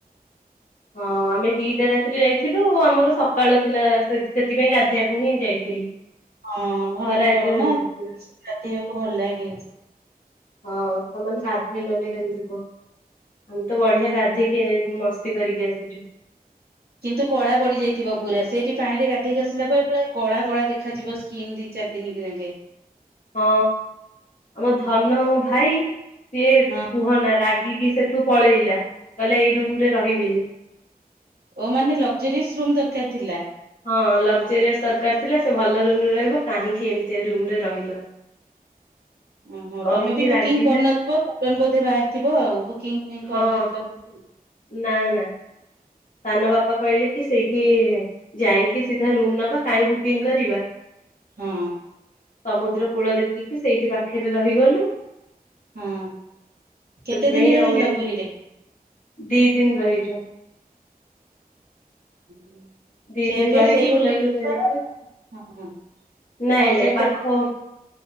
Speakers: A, on the left; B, on the right.
A: ହଁ ଆମେ ଦିଟା ରାତିରେ ଯାଇଥିଲୁ ଆମର ସକାଳ ଥିଲା ସେ ସେଥିପାଇଁ ଗାଧେଇଆକୁ ହିଁ ଯାଇଥିଲୁ। <inaudible>
B: ହଁ ଭଲ
A: ଖରା ଏତେ
B: ନା
A: ହଉନଥିଲା
B: ସେଠି ଗାଧେଇବାକୁ ଭଲ ଲାଗେ।
A: ହଁ ତୋମେ ମାନେ ଗାଧେଇଲନି କେମିତି କୁହ। ଆମେ ତ ବଢିଆ ଗାଧିକି ଏ ମସ୍ତି କରିକି ଆସିଛୁ।
B: କିନ୍ତୁ କଳା ପଡି ଯାଇଥିବ ପୁରା, ସେଇଠି ପାଣି ରେ ଗାଧେଇକି ଆସିଲା ପରେ ପୁରା କଳା କଳା ଦେଖାଯିବ। କିନ୍ ଦି ଚାରି ଦିନ <inaudible> ଙ୍କେ
A: ହଁ ଆମ ଧନ ମୋ ଭାଇ ସିଏ କୁହନା
B: ହଁ
A: ରାଗିକି ସେଠୁ ପଳେଇଲା। କହିଲା ଏଇ ରୁମ୍ ରେ ରହିବିନି।
B: ଓ ମାନେ ଲଗଜରିସ୍ ରୁମ୍ ଦରକାର ଥିଲା।
A: ହଁ ଲଗଜୋରିଆସ୍ ଦରକାର ଥିଲା, ସେ ଭଲ ରୁମ୍ ରେ ରହିବ, କାହିଁକି ଏମିତିଆ ରୁମ୍ ରେ ରହିଲ।
B: ଓହୋ,
A: କହିକି
B: ତୋମେ ବି ବୁକିଂ
A: ରାଗିଲା
B: କରିନଥିବ, ସଡନ୍ ବୋଧେ ବାହାରିଥିବ ଆଉ, ବୁକିଂ ଫୁକିଂ
A: ହଁ
B: କରିନଥିଲ <inaudible>
A: ନା, ନା। ସାନ ବାପା କହିଲେ କି ସେଇଠି ଯାଇକି ସିଧା ରୁମ୍ ନବା, କାଇଁ ବୁକିଂ କରିବା।
B: ହଁ
A: ସମୁଦ୍ର କୂଳ ଦେଖିକି ସେଇଠି ପାଖରେ ରହିଗଲୁ।
B: ହଁ କେତେ
A: ସେଥିପାଇଁ
B: ଦିନ ରହିଲ
A: ଆଉ ଏମ,
B: ପୁରୀରେ?
A: ଦି ଦିନ ରହିଛୁ।
B: <inaudible>
A: ଦି
B: ଖିଆପିଆ
A: ଦିନ ରହିକି
B: ସେଇ
A: ବୁଲାବୁଲି
B: ହୋଟେଲ୍
A: କରିକି
B: କରନା ହଁ, ହଁ
A: ନାଇଁ
B: ଅଲଗା
A: ନାଇଁ
B: କୁଆଡେ
A: ପାଖ ହୋ